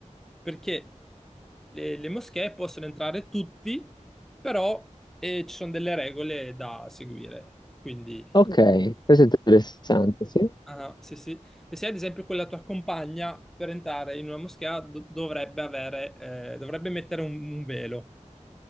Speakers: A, in the centre; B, on the left.
A: perché le, le moschee possono entrare tutti, però eh, ci sono delle regole da seguire, quindi...
B: Ok, questo è interessante, sì.
A: Ah, no, sì, sì. E se ad esempio quella tua compagna per entrare in una moschea do- dovrebbe avere, eh, dovrebbe mettere un, un velo,